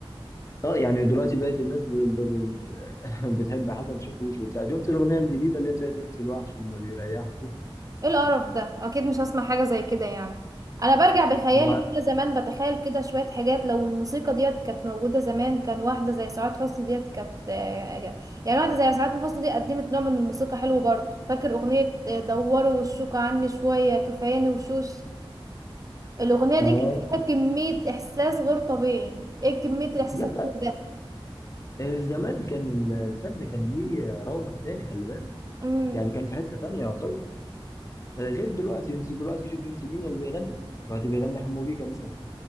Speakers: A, on the left; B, on the right.
A: اه يعني دلوقتي بقت الناس ب... ب... ب- <laughs> بتحب حسن شاكوش وبتاع شفت الاغنيه الجديده اللي هي بتاعت انت الوحش اللي ما بيريحش
B: ايه القرف ده اكيد مش هسمع حاجه زي كده يعني انا برجع بخيالي
A: ما...
B: كده زمان بتخيل كده شويه حاجات لو الموسيقى ديت كانت موجوده زمان كان واحده زي سعاد حسني ديت كانت آه، يعني واحده زي سعاد حسني دي قدمت نوع من الموسيقى حلو برضه فاكر اغنيه آه، دوروا وشوك عني شويه كفاياني وشوش الاغنيه دي
A: اه
B: كانت فيها كميه احساس غير طبيعي ايه كميه الاحساس
A: لا
B: الحلو
A: لا زمان كان ال- الفن كان ليه رونق تاني خلي بالك
B: ده
A: يعني كان في حته تانيه يعتبر آه، غير دلوقتي انت دلوقتي شوف انت مين اللي بيغني دلوقتي بيغني حمو بيكا مثلا